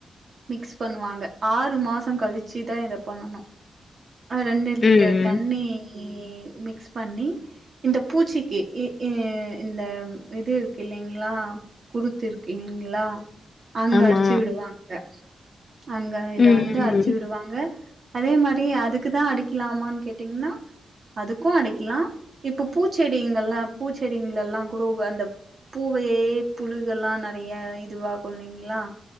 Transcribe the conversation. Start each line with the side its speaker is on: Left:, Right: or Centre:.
Right: மிக்ஸ் பண்ணுவாங்க ஆறு மாசொ கழிச்சுதா இத பண்ணனு ரெண்டு லிட்டர்
Left: ம் ம்
Right: தண்ணீ மிக்ஸ் பண்ணி இந்த பூச்சிக்கு இ இ இந்த இது இருக்கு இல்லைங்களா குறுத்து இருக்கீங்ளா அங்க
Left: ஆமா
Right: அடிச்சு விடுவாங்க அங்க இத
Left: ம்
Right: வந்து
Left: ம்
Right: அடிச்சு
Left: ம்
Right: விடுவாங்க அதே மாரி அதுக்குதா அடிக்கலாமான் கேட்டீங்கன்னா அதுக்கொ அடிக்கலா இப்ப பூச்செடிங்கல்லா பூச்செடிங்க எல்லா கூட அந்த பூவேயே புழுகெல்லா நெறைய இதுவாகு இல்லைங்களா